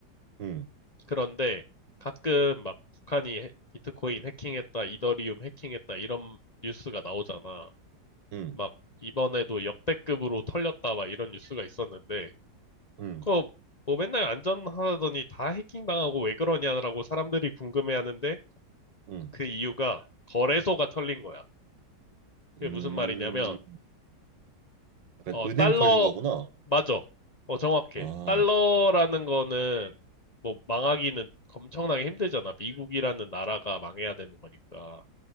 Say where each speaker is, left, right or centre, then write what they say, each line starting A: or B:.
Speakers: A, on the right; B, on the left.
A: 음.
B: 그런데 가끔 막 북한이 해- 비트코인 해킹했다, 이더리움 해킹했다 이런 뉴스가 나오잖아.
A: 음.
B: 막 이번에도 역대급으로 털렸다 막 이런 뉴스가 있었는데
A: 음.
B: 그거 뭐 맨날 안전하다더니 다 해킹당하고 왜 그러냐라고 사람들이 궁금해하는데
A: 음.
B: 그 이유가 거래소가 털린 거야. 그게
A: 음.
B: 무슨 말이냐면
A: 약간
B: 어,
A: 은행
B: 달러,
A: 털린 거구나.
B: 맞아. 어, 정확해.
A: 아.
B: 달러라는 거는, 뭐, 망하기는 엄청나게 힘들잖아. 미국이라는 나라가 망해야 되는 거니까.